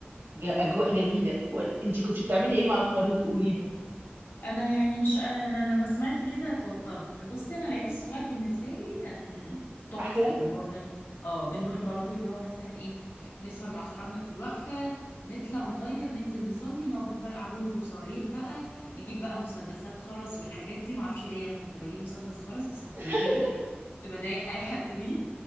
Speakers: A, on the right; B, on the left.
A: ج- أجواء جميلة انت كنت بتعملي ايه مع الخروف قولي لي؟
B: انا يعني مش انا لما سمعت كده اتوترت بصي انا العيد الصغير بالنسبه لي كان تحفه
A: أحلى
B: اللي هو بن... اه بنروح برضو اللي هو مثلا ايه نسهر مع صحابنا في الوقفه نطلع نغير ننزل نصلي نقعد نفرقع بومب وصواريخ بقى نجيب بقى مسدسات خرز والحاجات دي معرفش ليه انا كنت بجيب مسدس خرز بس كنت
A: <laughs>
B: بجيبه كنت بضايق اي حد بيه